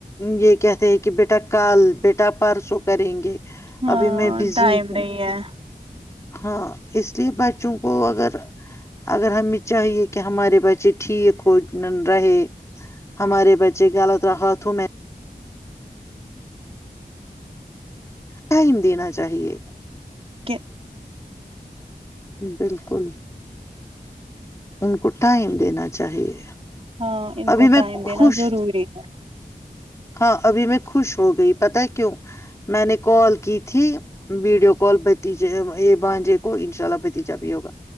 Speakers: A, on the left; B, on the right.
A: یہ کہتے ہیں کہ بیٹا کال بیٹا پرسوں کریں گے
B: ہاں
A: ابھی میں بزی
B: ٹائم
A: ہوں
B: نہیں ہے
A: ہاں اس لیے بچوں کو اگر اگر ہمیں چاہیے کہ ہمارے بچے ٹھیک ہو رہے ہمارے بچے غلط راحتوں میں ٹائم دینا چاہیے
B: کہ
A: بالکل ان کو ٹائم دینا چاہیے
B: ہاں ان
A: ابھی
B: کو
A: میں
B: ٹائم دینا
A: خوش
B: ضروری ہے
A: ہاں ابھی میں خوش ہو گئی پت ہے کیوں میں نے کال کی تھی ویڈیو کال بتیجے یہ بانجے کو ان شاء اللہ بھتیجا بھی ہوگا